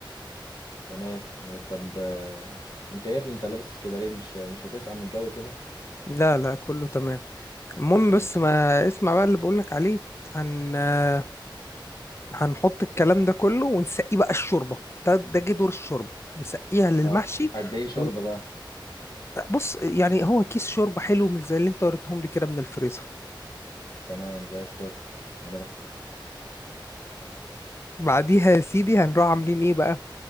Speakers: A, on the left; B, on the left.
A: تمام و- طب آه، انت يا ابني انت لابس كده ليه مش مش هتسقع من الجو كده
B: لا لا كله تمام المهم
A: ماشي
B: بس ما اسمع بقى اللي بقولك عليه هن آه، هنحط الكلام ده كله ونسقيه بقى الشوربة ده ده جه دور الشوربة نسقيها للمحشي
A: اه قد ايه شوربه
B: و...
A: بقى
B: بص يعني هو كيس شوربة حلو من زي اللي انت وريتهم لي كده من الفريزر
A: تمام زي الفل انا بح...
B: بعديها يا سيدي هنروح عاملين ايه بقى